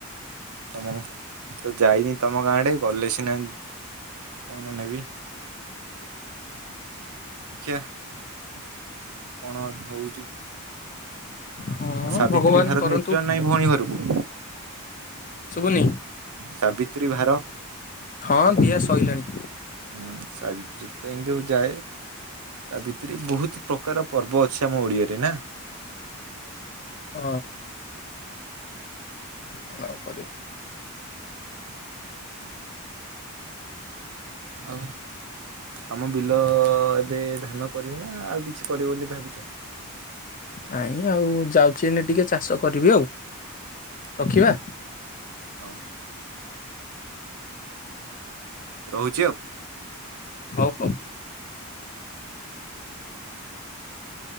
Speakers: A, on the right (about 80°); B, on the left (about 35°).
A: ତମ ତ ଯାଇନି ତମ ଗାଁ ଆଡ଼େ ଗଲେ ସିନା କଣ ନେବି। ଦେଖିଆ କଣତ୍ ହଉଚି?
B: ହଁ
A: ଆଉ ସାବିତ୍ରୀ
B: ଭଗବାନ
A: ଭାରେ
B: କରନ୍ତୁ
A: ନେଇଥିଲ ନାଇଁ ଭଉଣୀ ଘରକୁ?
B: ଶୁଭୁନି?
A: ସାବିତ୍ରୀ ଭାର?
B: ହଁ ଦିଆ ସଇଲାଣି।
A: ହୁଁ ସାବିତ୍ରୀ ତ ଇନ୍ଦୁ ଯାଏ ତାବିତ୍ରି ବହୁତ ପ୍ରକାର ପର୍ବ ଅଛି ଆମ ଓଡିଆରେ ନା?
B: ଅ କଣ ଆଉ କରିବା।
A: ହୁଁ ଆଉ? ତମ ବିଲ ଏବେ ଧାନ କରିବ ନା ଆଉ କିଛି କରିବ ବୋଲି ଭାବିଚ?
B: ନାଇଁ ଆଉ ଯାଉଚି ଏନେ ଟିକେ ଚାଷ କରିବି ଆଉ।
A: ଆ
B: ରଖିବା
A: ହଁ। ରହୁଚି ଆଉ।
B: ହଉ ହଉ।